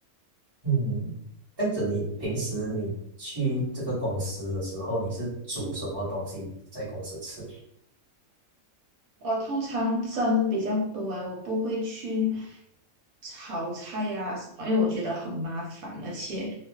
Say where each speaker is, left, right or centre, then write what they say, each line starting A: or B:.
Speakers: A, on the right; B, on the right.
A: 嗯，这样子你平时你去这个公司的时候，你是煮什么东西在公司吃？
B: 我通常蒸比较多诶，我不会去炒菜呀、什么，因为我觉得很麻烦，而且